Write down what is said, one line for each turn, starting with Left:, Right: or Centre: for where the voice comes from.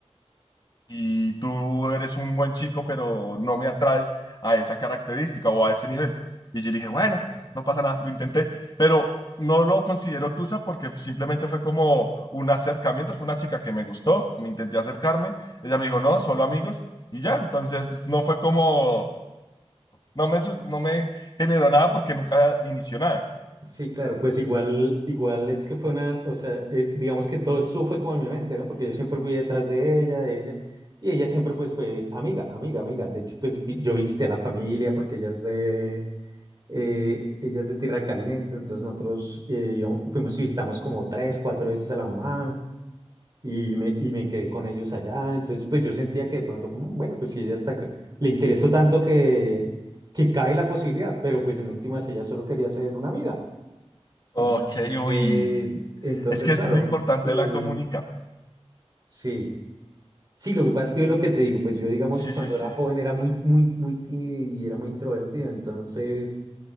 Left: y tú eres un buen chico, pero no me atraes a esa característica o a ese nivel. Y yo dije, bueno, no pasa nada, lo intenté, pero no lo considero tusa porque simplemente fue como un acercamiento, fue una chica que me gustó, me intenté acercarme, ella me dijo, no, solo amigos, y ya, entonces no fue como, no me, su- no me generó nada porque nunca inició nada.
Right: sí, claro, pues igual, igual es que fue una, o sea, eh, digamos que todo esto fue como en mi mente, ¿no? Porque yo siempre fui detrás de ella, de ella, y ella siempre pues fue amiga, amiga, amiga. De hecho, pues vi- yo visité a la familia porque ella es de, eh, ella es de Tierra Caliente, entonces nosotros eh, íbamos- fuimos y visitamos como tres, cuatro veces a la mamá. y me, y me quedé con ellos allá. Entonces, pues yo sentía que de pronto, "Mm, bueno, pues si ella está, c- le interesó tanto que, que cabe la posibilidad, pero pues en últimas ella solo quería ser una amiga.
Left: Ok,
Right: Entonces,
Left: uy,
Right: entonces,
Left: es que
Right: claro,
Left: es lo importante
Right: eh,
Left: de la comunicación.
Right: sí. Sí, lo que pasa es que yo lo que te digo, pues yo, digamos,
Left: Sí,
Right: cuando
Left: sí, sí,
Right: era joven era muy, muy, muy tímido y era muy introvertido. Entonces,